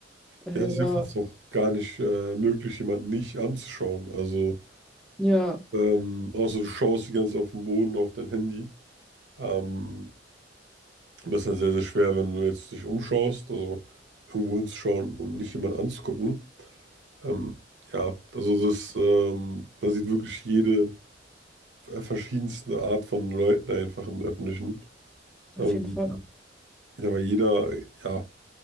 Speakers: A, in the centre; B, on the right.
A: Äh,
B: Ja, es
A: ja,
B: ist ja fast auch gar nicht äh, möglich, jemanden nicht anzuschauen. Also,
A: ja,
B: ähm, außer du schaust die ganze Zeit auf den Boden, auf dein Handy. Ähm, das ist dann sehr, sehr schwer, wenn du jetzt dich umschaust, also irgendwo hinzuschauen und nicht jemanden anzugucken. Ähm, ja, also das, ähm, man sieht wirklich jede äh, verschiedenste Art von Leuten einfach im Öffentlichen. Ähm,
A: auf jeden Fall.
B: ja, weil jeder, ja,